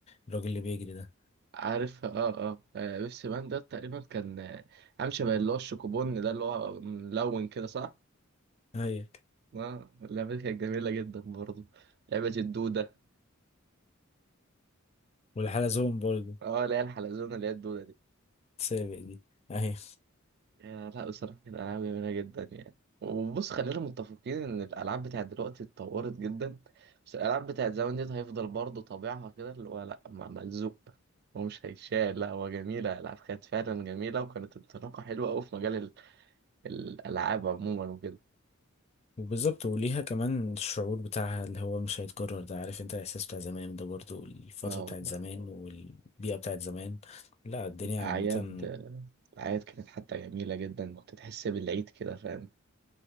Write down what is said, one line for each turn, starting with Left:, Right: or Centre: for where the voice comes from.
Left: الراجل اللي بيجري ده
Right: عارف اه اه آه، آه، بيبسي مان ده تقريبا كان آه، عامل شبه اللي هو الشوكوبون ده اللي هو ملون كده صح؟
Left: أيوة
Right: اه اللعبه دي كانت جميله جدا برضه لعبه الدوده
Left: والحلزون برضه
Right: اه اللي هي الحلزونه اللي هي الدوده دي
Left: سابق دي أيوة
Right: يا لا بصراحة كانت ألعاب جميلة جدا يعني وبص خلينا متفقين إن الألعاب بتاعت دلوقتي اتطورت جدا بس الألعاب بتاعت زمان ديت هيفضل برضه طابعها كده اللي هو لأ م- ملزوق هو مش هيتشال لأ هو جميلة الألعاب كانت فعلا جميلة وكانت انطلاقة حلوة أوي في مجال ال- الألعاب عموما وكده
Left: وبالظبط وليها كمان الشعور بتاعها اللي هو مش هيتكرر ده عارف أنت الإحساس بتاع زمان ده برضه والفترة
Right: اه
Left: بتاعت
Right: والله
Left: زمان والبيئة بتاعت زمان لا الدنيا
Right: الأعياد
Left: عامة
Right: الأعياد كانت حتى جميلة جدا كنت تحس بالعيد كده فاهم